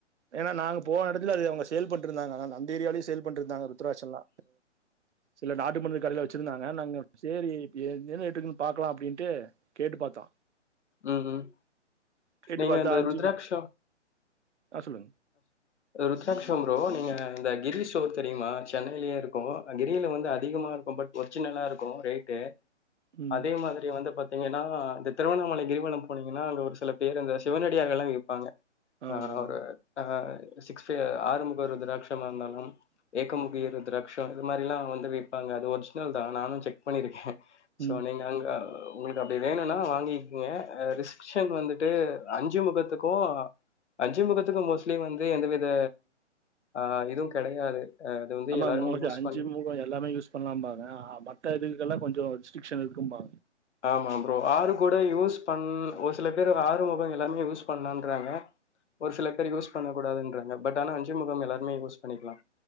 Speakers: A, on the right; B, on the left.
A: ஏனா நாங்க போன எடத்துல அது அவங்க சேல் பண்ட்ருந்தாங்க அதனால் தா அந்த ஏரியாவ்லியு சேல் பண்ட்ருந்தாங்க ருத்ராட்சல்லா சில நாட்டு மருந்து கடைல வச்சிருந்தாங்க நாங்க சேரி இப் எ ட்டிருகுனு பாக்லா அப்டின்டு கேட்டு பாத்தோ
B: உம் உம்
A: கேட்டு
B: நீங்க
A: பாத்தா
B: எந்த
A: அஞ்சு
B: ருத்ராட்ச
A: ஆ சொல்லுங்க
B: ருத்ராட்சம் ப்ரோ நீங்க இந்த கிரி ஸ்டோர் தெரியுமா சென்னையிலியே இருக்கு கிரியில வந்து அதிகமாருக்கு பட் ஒரிஜினலாருக்கு ரேட்டு
A: ம்
B: அதே மாதிரி வந்து பத் பாத்தீங்னா இந்த திருவண்ணாமலை கிரிவலம் போனீங்கனா அங்க ஒரு சில பேரு அந்த சிவனடியாகலா விப்பாங்க
A: ஆமா
B: ஆஹ்
A: ஆமாங்க
B: அவரு ஆஹ் சிக்ஸ்ப ஆறுமுகர் ருத்ராட்சமாக இருந்தாலு ஏக்கம் முகிய ருத்ராட்ச இது மாரிலா வந்து விப்பாங்க அது ஒரிஜினல்தா நானு செக் பண்ணிருக்க
A: ம்
B: சோ நீங்க அங்க உங்களுக்கு அப்டி வேணும்னா வாங்கிக்கங்க ரிஷன் வந்துட்டு அஞ்சு முகத்துக்கு அஞ்சு முகத்துக்கு மோஸ் வந்து எந்தவித ஆஹ் இதுவு கெடையாது அது வந்து
A: ஆமாங்க
B: எல்லாருமே
A: மோஸ்டி
B: யூஸ்
A: அஞ்சு
B: பண்ணி
A: முக எல்லாமே யூஸ் பண்ணலா பாங்க மத்த இதுக்கெல்லா கொஞ்சோ ஸ்ட்ரிக்ஷன் இருக்கும்மா
B: ஆமா ப்ரோ ஆறு கூட யூஸ் பண் ஒரு சில பேர் ஆறு முகம் எல்லாருமே யூஸ் பண்ணலான்றாங்க ஒரு சில பேர் யூஸ் பண்ண கூடாதுன்றாங்க பட் ஆனா அஞ்சு முக எல்லாருமே யூஸ் பண்ணிக்கலா